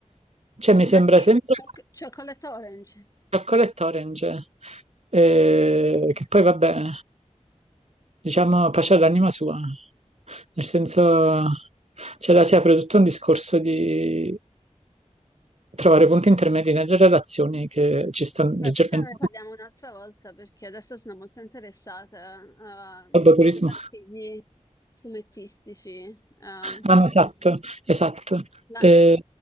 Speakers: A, on the right (about 60°); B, on the left (about 25°).
A: cioè, mi
B: Ma
A: sembra
B: chi?
A: sempre
B: Choc- Chocolate Orange.
A: Chocolate Orange, eh, che poi vabbè, diciamo, pace all'anima sua, nel senso, cioè la si apre tutto un discorso di trovare punti intermedi nelle relazioni che ci stanno
B: Beh,
A: leggermente
B: questa ne parliamo un'altra volta perché adesso sono molto interessata a, a
A: al turismo.
B: giocattoli fumettistici. Um,
A: Ah, no, esatto, esatto.
B: ma
A: Eh,